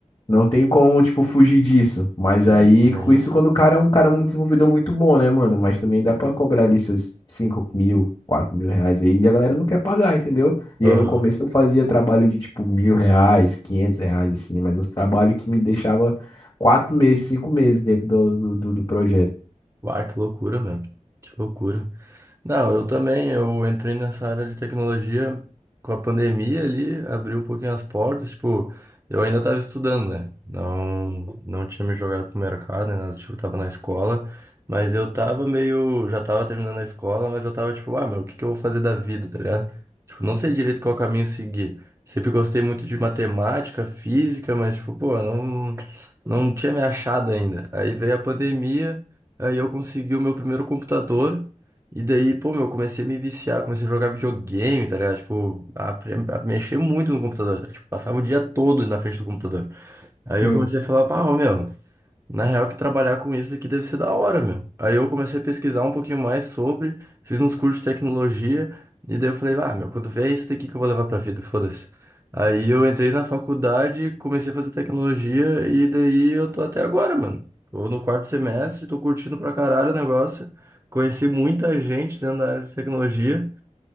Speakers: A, on the left; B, on the right.
A: não tem como, tipo, fugir disso. Mas
B: exatamente.
A: aí, com isso, quando o cara é um cara muito desenvolvedor muito bom, né, mano? Mas também dá pra cobrar ali seus 5 mil, quatro mil reais aí. E a galera não quer pagar, entendeu? E
B: Aham.
A: aí, no começo, eu fazia trabalho de, tipo, mil reais, 500 reais, assim. Mas uns trabalhos que me deixava quatro meses, cinco meses dentro do, do, do do projeto.
B: Uai, que loucura, meu. Que loucura. Não, eu também, eu entrei nessa área de tecnologia com a pandemia ali, abri um pouquinho as portas, tipo, eu ainda estava estudando, né? Não, não tinha me jogado pro mercado, né? nada, Tipo, tava na escola, mas eu tava meio, já tava terminando a escola, mas eu tava tipo, ah, meu, o que que eu vou fazer da vida, tá ligado? Tipo, não sei direito qual caminho seguir. Sempre gostei muito de matemática, física, mas tipo, pô, não, não tinha me achado ainda. Aí veio a pandemia, aí eu consegui o meu primeiro computador e daí, pô, meu, eu comecei a me viciar, comecei a jogar videogame, tá ligado? Tipo, a, a mexer muito no computador, tá? ligado? Tipo, passava o dia todo na frente do computador. Aí
A: Sim,
B: eu comecei a falar, pá, ô, meu. Na real, que trabalhar com isso aqui deve ser da hora, meu. Aí eu comecei a pesquisar um pouquinho mais sobre, fiz uns cursos de tecnologia, e daí eu falei, ah, meu, quando vier isso daqui que eu vou levar pra vida, foda-se. Aí eu entrei na faculdade, comecei a fazer tecnologia, e daí eu tô até agora, mano. Tô no quarto semestre, tô curtindo pra caralho o negócio. Conheci muita gente dentro da área de tecnologia.